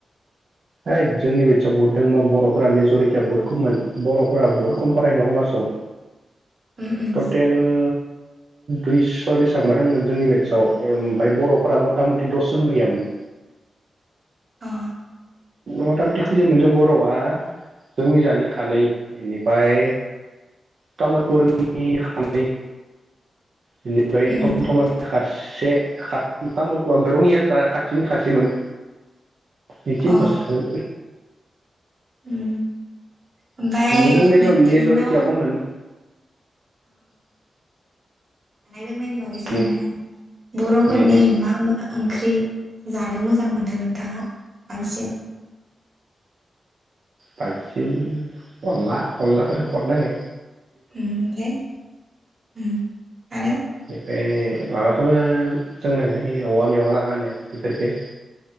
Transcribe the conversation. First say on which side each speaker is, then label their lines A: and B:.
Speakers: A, on the right; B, on the right.
A: हैद जोंनि बेटसआव बहुद दंबा बर'फोरा मेज'रिटिया बहुत खममोन बर'फोरा बहुद खम फरायो कमरसआव
B: उम उम
A: टटेल ओ दुइस' बेसेबां दोंमोन जोंनि बेटसआव ओमफ्राय बर'फोरा मथा मथि दसजनबो गैयामोन।
B: अ
A: मथा मथि खैजोन जों बर'आ जोंनि जानि खानै इनिफ्राय तामुलपुरनि खानै। बेनिफ्राय
B: उम
A: थम थमानि खासे तामुलपुर ओमफ्राय रङिया जा खाथिनि खासेमोन। बेखिनिलसो।
B: अ उम ओमफ्राय
A: जों मेज-मेजरिटिया
B: नोंथांनाव
A: खममोन।
B: रोंनायनि बागै सोंनोनाया
A: उम
B: बर'फोरनि
A: उम उम
B: मा मा ओंख्रि? जानो मोजां मोनो नोंथाङा बांसिन
A: बांसिन अनला अनलाफोरफोरखौ खथनाङो।
B: उम माने
A: बेनिफ्राय माबाखौबो मोजांनाङो औवा मेवा ना मा होनो बेफोरफोरखौ